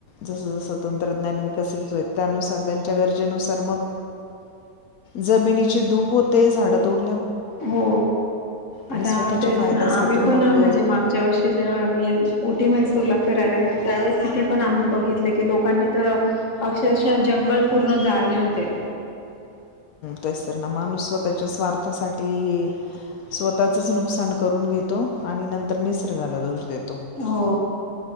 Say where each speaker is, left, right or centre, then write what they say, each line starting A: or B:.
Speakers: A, on the left (about 75°); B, on the left (about 55°).
A: जस जसं तंत्रज्ञान विकसित होय त्यानुसार त्यांच्या गरजेनुसार मग जमिनीची धूप होते झाडातोड
B: हो आता
A: आणि स्वतःच्या
B: तेच
A: फायद्यासाठी
B: ना आम्ही
A: मग
B: पण म्हणजे मागच्या वर्षी ज मैसूरला फिरायला गेलो त्यावेळेस तिथे पण आम्ही बघितलं की लोकांनी तर अक्षरशः जंगल पूर्ण जाळले होते
A: तेचत ना माणूस स्वतःच्या स्वार्थासाठी स्वतःचच नुकसान करून घेतो आणि नंतर निसर्गाला दोष देतो
B: हो